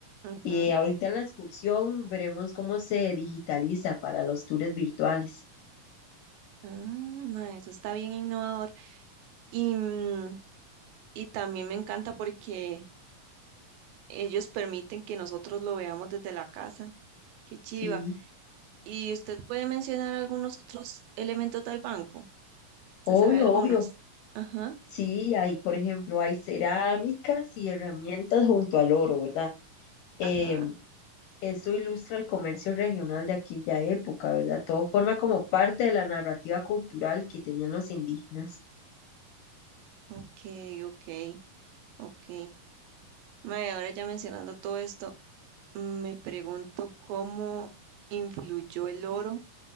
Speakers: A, on the right; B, on the left.
A: Ujú.
B: Y ahorita en la excursión veremos cómo se digitaliza para los tours virtuales.
A: Ah, ma, eso está bien innovador. Y, mm, y también me encanta porque ellos permiten que nosotros lo veamos desde la casa. Qué chiva.
B: Sí,
A: ¿Y usted puede mencionar algunos otros elementos del banco? ¿Se
B: obvio,
A: sabe algunos?
B: obvio.
A: Ajá,
B: Sí, hay, por ejemplo, hay cerámicas y herramientas junto al oro, ¿verdad? Em,
A: ajá.
B: Esto ilustra el comercio regional de aquella época, ¿verdad? Todo forma como parte de la narrativa cultural que tenían los indígenas.
A: Ok, ok, ok. Mae, ahora ya mencionando todo esto. Me pregunto cómo influyó el oro